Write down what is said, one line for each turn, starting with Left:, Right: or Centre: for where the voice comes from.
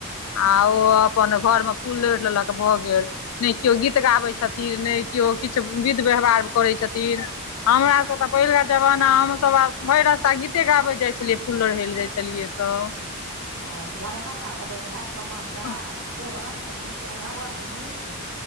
Left: आ ओ अपन घर में फूल लोढी लेलक भ गेल नहि केओ गीत गाबै छथिन
Right: अच्छा
Left: नहि केओ किछु विध व्यवहार करै छथिन हमरा सब से पहिलका जमाना हमुं
Right: हँ
Left: सब आब भरि रास्ता गीते गाबे जाय छलियै फूल लोढय ले जाय छै छलिये त
Right: हत बारह मासा गबेत हयब छओ मासा‌
Left: हँ
Right: सोहर ओहो अथी भगवानक गीत